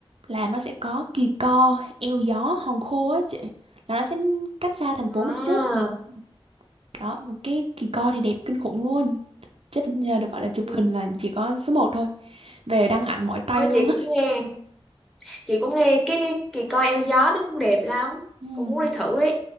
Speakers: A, on the right (about 70°); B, in the centre.
A: là nó sẽ có Kỳ Co, Eo Gió, Hòn Khô á chị. Là nó sẽ cách xa thành phố
B: à
A: một chút. Ừ. đó cái kỳ co thì đẹp kinh khủng luôn chắc nhờ được gọi là chụp
B: ừ.
A: hình là chỉ có số một thôi về đăng ảnh mỏi tay
B: thôi
A: luôn
B: chị
A: á
B: cũng nghe chị cũng nghe cái kỳ coi eo gió nó cũng đẹp lắm
A: Ừ,
B: cũng muốn đi thử ấy